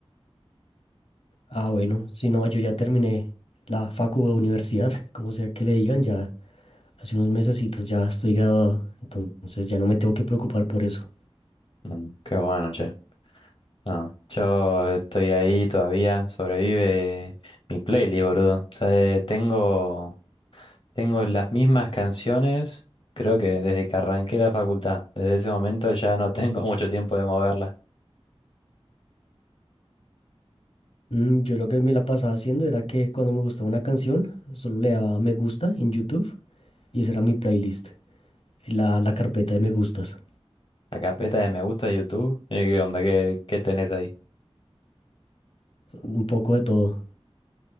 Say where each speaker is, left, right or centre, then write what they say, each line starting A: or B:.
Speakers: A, on the left; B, on the left.
A: Ah, bueno. Si no, yo ya terminé la facu o universidad, <laughs> como sea que le digan, ya hace unos mesecitos ya estoy graduado. Entonces ya no me tengo que preocupar por eso.
B: Mm, Qué bueno, che. No, yo estoy ahí todavía, sobrevive mi playlist, boludo. O sea, eh, tengo Tengo las mismas canciones, creo que desde que arranqué la facultad. Desde ese momento ya no tengo <laughs> mucho tiempo de moverla.
A: Mm, yo lo que me la pasaba haciendo era que cuando me gustaba una canción, solo le daba me gusta en YouTube y esa era mi playlist, la, la carpeta de me gustas.
B: La carpeta de me gusta de YouTube. eh, ¿Qué onda? ¿Qué, qué tenés ahí?
A: Un poco de todo.